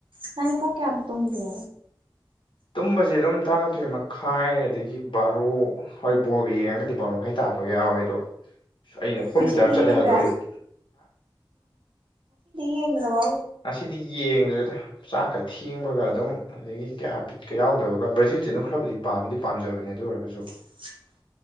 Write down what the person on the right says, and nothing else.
ꯅꯅꯦ ꯄꯨꯡ ꯀꯌꯥꯗ ꯇꯨꯡꯒꯦ
ꯉꯁꯤꯗꯤ
ꯌꯦꯡꯗ꯭ꯔꯦ
ꯌꯦꯡꯟ꯭ꯔꯋꯥ
<inaudible>